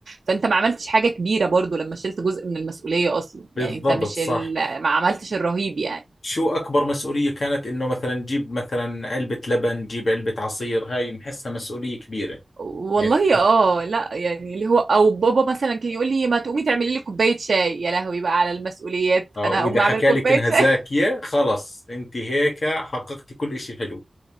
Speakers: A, on the right; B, on the left.
A: فانت ما عملتش حاجه كبيره برضو لما شلت جزء من المسؤوليه اصلا
B: بالضبط
A: يعني انت مش
B: صح
A: ال... ما عملتش الرهيب يعني
B: شو أكبر مسؤولية كانت إنه مثلا نجيب مثلا علبة لبن نجيب علبة عصير هاي نحسها مسؤولية كبيرة
A: والله
B: يعني
A: اه لا يعني اللي هو او بابا مثلا كان يقول لي ما تقومي تعملي لي كوبايه شاي يا لهوي بقى على المسؤوليات
B: اه
A: انا
B: واذا
A: هقوم
B: حكى
A: اعمل كوبايه
B: لك انها
A: شاي
B: زاكية خلص انت هيك حققتي كل اشي حلو